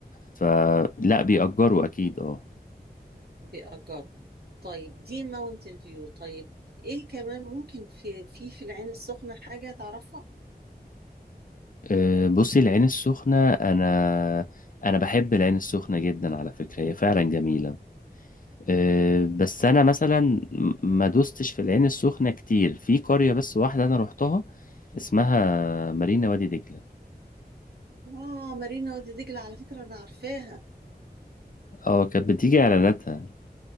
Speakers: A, on the left; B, on the right.
A: فلا بيأجروا أكيد اه
B: بيأجروا طيب دي ماونتن فيو طيب ايه كمان ممكن في في في العين السخنة حاجة تعرفها
A: آه، بصي العين السخنة أنا أنا بحب العين السخنة جدا على فكرة هي فعلا جميلة آه، بس أنا مثلا م- ما دوستش في العين السخنة كتير في قرية بس واحدة أنا روحتها اسمها مارينا وادي دجلة
B: اه مارينا وادي دجلة على فكرة انا عارفاها
A: اه كانت بتيجي إعلاناتها